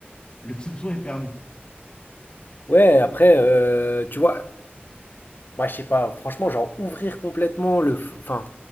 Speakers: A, on the left; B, on the left.
A: le <laughs> soupçon est permis.
B: ouais, après euh, tu vois, moi je sais pas, franchement genre ouvrir complètement le, f- enfin